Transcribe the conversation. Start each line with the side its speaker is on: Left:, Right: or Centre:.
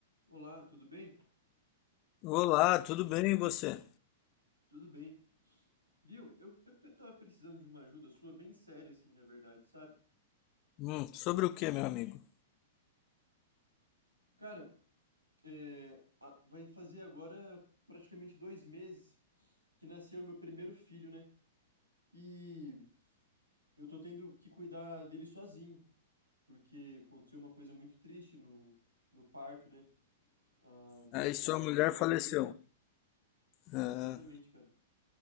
Right: Olá, tudo bem?
Left: Olá, tudo bem e você?
Right: Tudo bem. Viu? Eu, eu tava precisando de uma ajuda sua bem séria, assim, na verdade, sabe?
Left: Hum, sobre o que, meu amigo?
Right: Cara, é, a- vai fazer agora praticamente dois meses que nasceu meu primeiro filho, né? E eu tô tendo que cuidar dele sozinho, porque aconteceu uma coisa muito triste no, no parto, né? A minha
Left: Aí
Right: esposa
Left: sua mulher
Right: acabou falecendo.
Left: faleceu. Ah,
Right: Exatamente, cara.